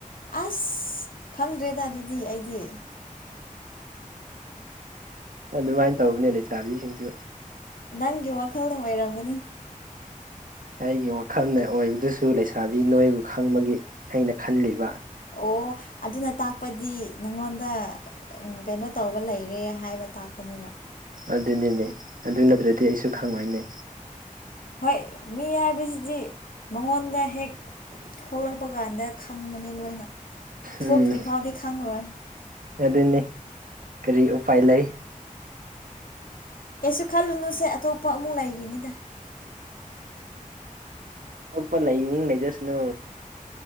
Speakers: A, on the left; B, on the right.
A: ꯑꯁ ꯈꯪꯗ꯭ꯔꯦꯗ ꯑꯗꯨꯗꯤ ꯑꯩꯗꯤ
B: ꯑꯗꯨꯃꯥꯏꯅ ꯇꯧꯕꯅꯦ ꯂꯩꯁꯥꯕꯤꯁꯤꯡꯁꯨ
A: ꯅꯪꯒꯤ ꯋꯥꯈꯜꯅ ꯑꯣꯏꯔꯝꯒꯅꯤ
B: ꯑꯩꯒꯤ ꯋꯥꯈꯜꯅ ꯑꯣꯏꯕꯗꯨꯁꯨ ꯂꯩꯁꯥꯕꯤ ꯅꯣꯏꯕꯨ ꯈꯪꯕꯒꯤ ꯑꯩꯅ ꯈꯜꯂꯤꯕ
A: ꯑꯣ ꯑꯗꯨꯅ ꯇꯥꯛꯄꯗꯤ ꯅꯪꯉꯣꯟꯗ ꯎ ꯀꯩꯅꯣ ꯇꯧꯕ ꯂꯩꯔꯦ ꯍꯥꯏꯕ ꯇꯥꯛꯄꯅꯦꯕ
B: ꯑꯗꯨꯅꯤꯅꯦ ꯑꯗꯨ ꯅꯠꯇ꯭ꯔꯗꯤ ꯑꯩꯁꯨ ꯈꯪꯉꯣꯏꯅꯦ
A: ꯍꯣꯏ ꯃꯤ ꯍꯥꯏꯕꯁꯤꯗꯤ ꯃꯉꯣꯟꯗ ꯍꯦꯛ ꯊꯣꯛꯂꯛꯄ ꯀꯥꯟꯗ ꯈꯪꯕꯅꯦ ꯂꯣꯏꯅ ꯊꯣꯛꯇ꯭ꯔꯤ
B: ꯎꯝ
A: ꯐꯥꯎꯗꯤ ꯈꯪꯔꯣꯏ
B: ꯑꯗꯨꯅꯤ ꯀꯔꯤ ꯎꯄꯥꯏ ꯂꯩ
A: ꯀꯩꯁꯨ ꯈꯜꯂꯨꯅꯨꯁꯦ ꯑꯇꯣꯞꯄ ꯑꯃꯨꯛ ꯂꯩꯔꯤꯅꯤꯗ
B: ꯑꯇꯣꯞꯄ ꯂꯩꯅꯤꯡ ꯂꯩꯖꯁꯅꯨ